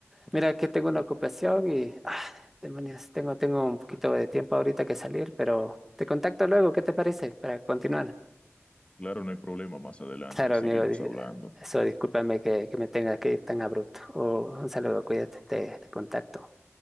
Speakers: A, in the centre; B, on the left (about 25°).
A: Mira, que tengo una ocupación y, ah, demonios, tengo, tengo un poquito de tiempo ahorita que salir, pero te contacto luego, ¿qué te parece? Para continuar.
B: Claro, no hay problema más adelante,
A: Claro,
B: seguimos
A: amigo, di-
B: hablando.
A: eso, discúlpame que, que me tenga que ir tan abrupto. Oh, un saludo, cuídate, te te contacto.